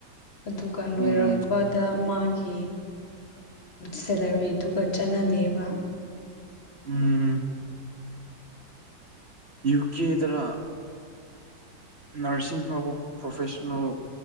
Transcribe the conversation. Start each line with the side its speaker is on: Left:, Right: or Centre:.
Left: ꯑꯗꯨꯒ ꯂꯣꯏꯔꯛꯄꯗ
Right: ꯎꯝ
Left: ꯃꯥꯒꯤ ꯁꯦꯂꯔꯤꯗꯨꯒ ꯆꯥꯟꯅꯗꯦꯕ
Right: ꯎꯝ ꯌꯨ ꯀꯦꯗ ꯅꯔꯁꯤꯡ ꯐꯥꯎꯕ ꯄ꯭ꯔꯣꯐꯦꯁꯅꯦꯜ